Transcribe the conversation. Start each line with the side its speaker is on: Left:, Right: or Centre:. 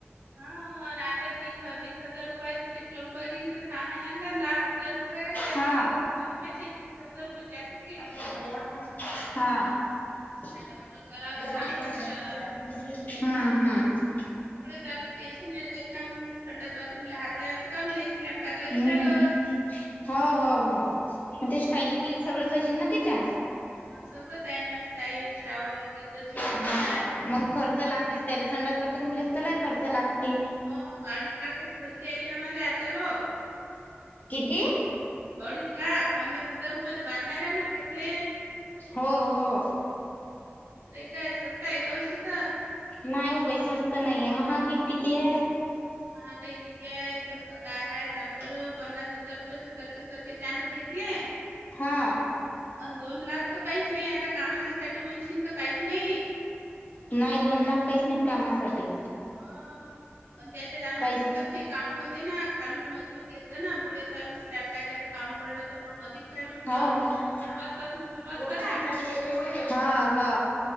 Right: हा आणि आता तीस - वीस हजार रुपयात तर ते प्लंबरिंगच सामान आणलन दहा हजार रुपये ते
Left: हा
Right: प्लंबरिंग बसवायचे तीस हजार रुपये त्यात कती गेले?
Left: हा. <unintelligible>
Right: आता म्हटलं करावं
Left: हा
Right: तर चांगलंच करावं.
Left: हा.
Right: पुढेेच अन् टेन्शन नाही राहीत ना मग संडास बाथरूमले हात लावयचं काम नाही स्लॅब टाकलं
Left: हम्म
Right: की झालं.
Left: हो हो हो ते
Right: थोडं
Left: स्टाईल
Right: थोडं
Left: जीन
Right: करा.
Left: सगळंच अशेल ना तिच्या.
Right: हा सगळंच आहे ना स्टाईल शॉवर गीजर ची मशीन
Left: हा
Right: आहे.
Left: मग खर्च लागत दिस त्याला संडास बाथरूमला दीसतलाई खर्च लागते.
Right: मग अडीच लाखाची भरती आली आम्हाला आता लोक.
Left: किती?
Right: अडीच लाख पन्नास हजार रुपये तर बांधणाऱ्यानच घेतले.
Left: हो हो.
Right: ते काय स्वस्त आहे का वा अशी तर.
Left: नाही व बई सस्त तर नाहीये महाग एक किती आहे.
Right: महागाई किती आहे स्वस्त काय हाय सांग बरं पन्नास हजार रुपये तर सरकी सरकीत. त्यानच घेतले.
Left: हा.
Right: अन् दोन लाख तर काहीच नाही आता कामाच्या साठी म्हणशीन तर काहीच नाही.
Left: नाही दोन लाख काहीच नाहीत कामासाठी.
Right: म पण त्याच्यात आमची
Left: काहीच
Right: शिल्लक ये कामे होते ना खालून मजबूत घेतलं ना पुढे चालून स्लॅब टाकायच काम पडलं तर मग अधिक काय म्हटलं
Left: हो. <unintelligible>
Right: सुरुवात पासून सुरुवात करा
Left: हा हा.